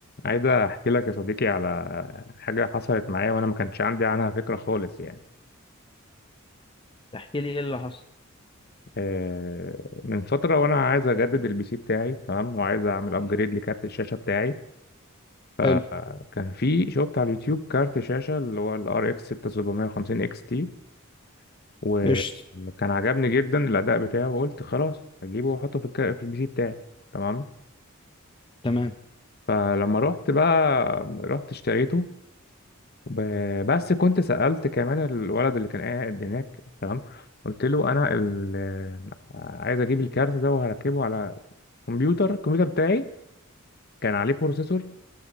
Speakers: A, on the left; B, on the left.
A: عايز احكي لك يا صديقي على حاجه حصلت معايا وانا ما كانش عندي عنها فكره خالص يعني
B: تحكي لي ايه اللي حصل
A: آه، من فتره وانا عايز اجدد البي سي بتاعي تمام وعايز اعمل ابجريد لكارت الشاشه بتاعي فكان
B: حلو
A: في شفت على اليوتيوب كارت شاشه اللي هو الار اكس 6750 اكس تي وكان
B: قشطة
A: عجبني جدا الاداء بتاعه وقلت خلاص اجيبه واحطه في الك... في البي سي بتاعي تمام
B: تمام
A: فلما رحت بقى رحت اشتريته ب- بس كنت سألت كمان الولد اللي كان قاعد هناك تمام قلت له انا ال- عايز اجيب الكارت ده وهركبه على كمبيوتر الكمبيوتر بتاعي كان عليه بروسيسور